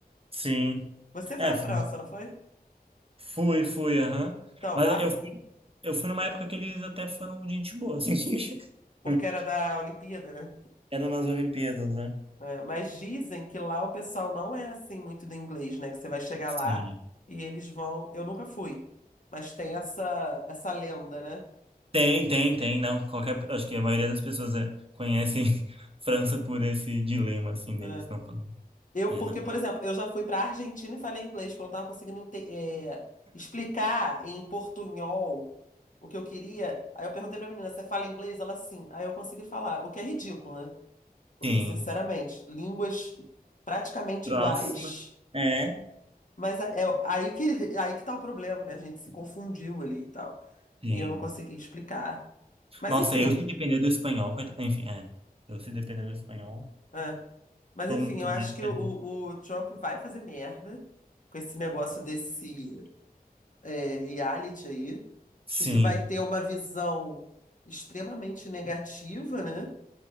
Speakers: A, on the right; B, on the left.
A: Sim.
B: Você foi
A: É,
B: à França,
A: fui,
B: não foi?
A: fui, fui, aham.
B: Então,
A: Mas
B: lá no-
A: eu fui, eu fui numa época que eles até foram gente boa, assim. <laughs>
B: porque era da Olimpíada, né?
A: Eram nas Olimpíadas, né?
B: É, mas dizem que lá o pessoal não é assim muito do inglês, né? Que você vai chegar
A: Sim.
B: lá e eles vão. Eu nunca fui, mas tem essa essa lenda, né?
A: Tem, tem, tem, não. Qualquer, acho que a maioria das pessoas é, conhecem <laughs> França por esse dilema, assim, deles
B: É.
A: não falam.
B: Eu,
A: É,
B: porque,
A: não.
B: por exemplo, eu já fui para Argentina e falei inglês, porque eu não estava conseguindo ente- eh, explicar em portunhol o que eu queria. Aí eu perguntei pra menina, você fala inglês? Ela, sim. Aí eu consegui falar, o que é ridículo, né? Porque,
A: Sim.
B: sinceramente, línguas praticamente
A: Próxima.
B: iguais,
A: É.
B: mas é, é aí que, <laughs> aí que tá o problema, né? A gente se confundiu ali e tal.
A: Sim.
B: E eu não consegui explicar. Mas,
A: Nossa,
B: enfim.
A: eu se depender do espanhol, coitado. Enfim, é. Eu se depender do espanhol,
B: é. Mas,
A: tô,
B: enfim,
A: tô
B: eu acho
A: mais
B: que
A: ferrado.
B: o, o Trump vai fazer merda com esse negócio desse. é, reality aí.
A: Sim,
B: Acho que vai ter uma visão extremamente negativa, né?